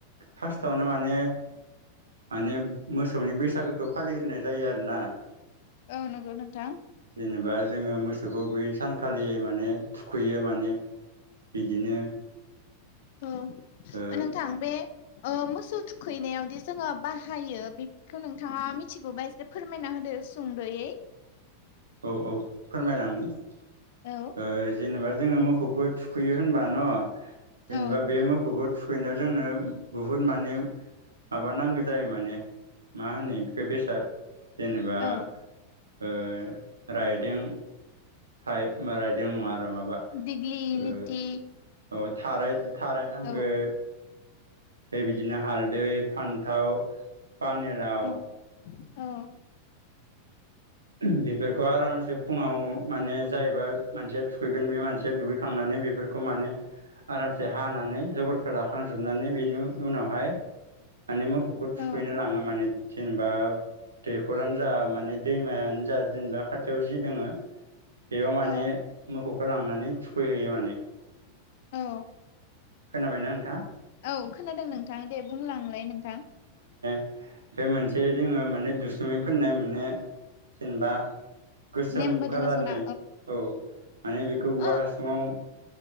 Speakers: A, on the right; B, on the left.
A: फार्स्टआवनो माने माने मोसौनि बैसागोखौ फालिग्रोनाय जायो आरोना।
B: औ नोंगौ नोंथां।
A: जेनेबा जोङो मोसौखौ बै सानखालि माने थुखैयो माने बिदिनो
B: औ
A: ओ
B: नोंथां बे ओ मोसौ थुखैनायावदि जोङो बाहायो बेफोरखौ नोंथाङा मिथिगौबा एसे फोरमायना होदो सुंदयै
A: औ औ फोरमायलांनि ओ
B: औ
A: जेनेबा जोङो मोखौखौ थुखैयो होनबा न', जेनेबा
B: औ
A: बे मोखौखौ थुखैनायाव जोंनो बुहुद माने माबा नांगो जायो। माने मा होनो बेखौ बेसाद- जेनेबा
B: औ
A: ओ राइदें, थाइप राइद- बिदों नङा आरो माबा‌
B: दिग्लि
A: ओ
B: लिथि
A: औ थाराय थाराय नांगो।
B: औ
A: ओय बिदिनो हालदै, फान्थाव, पानेलाव
B: औ औ
A: ओम बेफोरखौ आरामसे फुङाव माने जायबा मानसिया थुखैगोन बे मानसिया दुगै खांनानै बेफोरखौ माने आरामसे हानानै जगोरखो लाखां जोबनानै बेनि उनावहाय माने मोखौखौ
B: औ
A: थुखैनो लाङो माने जेनेबा दैखरानो जा, माने दैमायानो जा, जेनेबा खाथियाव जि दोङो बेयाव माने
B: औ
A: मोखौखौ लांनानै थुखैहैयो माने।
B: औ
A: खोनाबायना नों
B: औ खोनादों नोंथां दे बुंलां लाय नोंथां।
A: ओमफ्राय मोनसे जोङो माने दुसुमैफोननाय माने जेनेबा गोसोम
B: नेमबो दोङो
A: कालारनि
B: जोंना
A: औ माने बेखौ औवा
B: ओ
A: हासुङाव